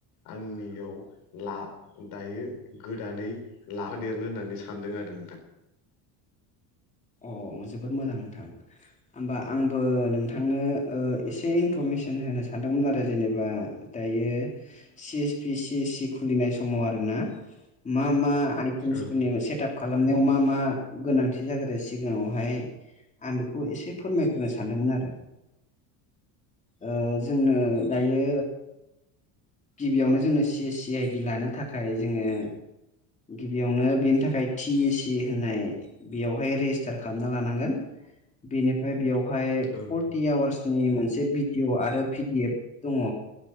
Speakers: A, on the left; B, on the left.
A: आंनियाव ला दायो गोदानै लाफा देरनो होननानै सानदों आरो नोंथां।
B: अ जोबोद मोजां नोंथां। होमबा आंबो नोंथांनो ओ एसे इनफरमेसन होनो सानदोंमोन आरो जेनेबा दायो C S P C S C खुलिनाय समाव आरोना मा मा आइटेमसफोरनि
A: ओं
B: सेटाप खालामनायाव मा मा गोनांथि जाग्रोयो सिगाङावहाय आं बेखौ एसे फो फोरमायग्रोनो सानदोंमोन आरो ओ जोंनो दायो गिबियावनो जोंङो सि एस सि आइ डि लानो थाखाय जोङो गिबियावनो बेनि थाखाय टि ए सि होननाय बेयावहाय रेजिस्टार खालामना लानांगोन बेनिफ्राय बेयाव हाय
A: ओं ओं
B: फर्टि आवार्सनि मोनसे भिडिअ आरो पि डि एफ दङ।